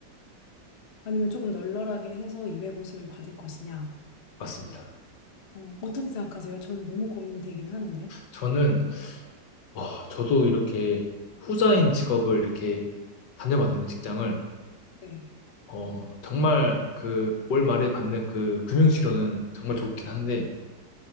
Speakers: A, on the left; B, on the left.
A: 아니면 조금 널널하게 해서 250을 받을 것이냐.
B: 맞습니다.
A: 어, 어떻게 생각하세요? 저는 너무 고민이 되긴 하는데.
B: 저는 어, 저도 이렇게 후자인 직업을 이렇게 다녀봤는데 직장을
A: 네.
B: 어, 정말 그 올 말에 받는 그 금융치료는 정말 좋긴 한데